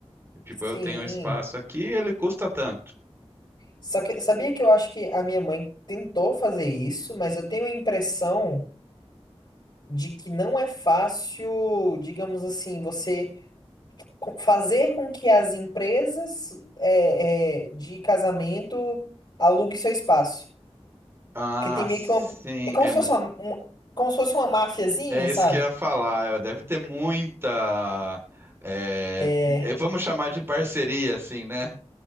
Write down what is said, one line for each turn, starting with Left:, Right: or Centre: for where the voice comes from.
Right: Tipo,
Left: Sim.
Right: eu tenho um espaço aqui, ele custa tanto.
Left: Só que sabia que eu acho que a minha mãe tentou fazer isso, mas eu tenho a impressão de que não é fácil, digamos assim, você co- fazer com que as empresas é, é, de casamento aluguem seu espaço.
Right: Ah,
Left: Porque tem meio
Right: sim,
Left: que uma. É como
Right: é,
Left: se fosse uma, um- como se fosse uma máfiazinha,
Right: é
Left: sabe?
Right: isso que eu ia falar. Deve ter muita, é,
Left: É.
Right: é, vamos chamar de parceria, assim, né?